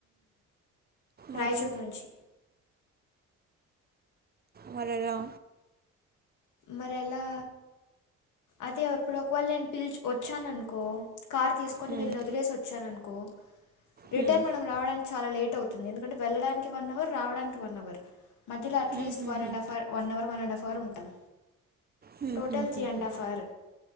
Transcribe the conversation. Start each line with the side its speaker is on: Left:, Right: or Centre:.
Right: మరి
Left: రాయచూర్ నుంచి
Right: మరలా
Left: మరి ఎలా అదే ఇప్పుడు ఒకవేళ నేను వచ్చాను అనుకో కార్ తీసుకొని
Right: హ్మ్,
Left: వీళ్ళని వదిలేసి వచ్చాననుకో రిటర్న్
Right: హ్మ్,
Left: మనం రావడానికి చాలా లేట్ అవుతుంది. ఎందుకంటే వెళ్ళడానికి వన్ అవర్ రావడానికి వన్ అవర్. మధ్యలో అట్లీస్ట్
Right: హ్మ్, హ్మ్,
Left: వన్
Right: హ్మ్.
Left: And half or one hour one and half hour ఉంటాం.
Right: హ్మ్,
Left: టోటల్
Right: హ్మ్,
Left: త్రీ
Right: హ్మ్,
Left: అండ్
Right: హ్మ్.
Left: Half hour.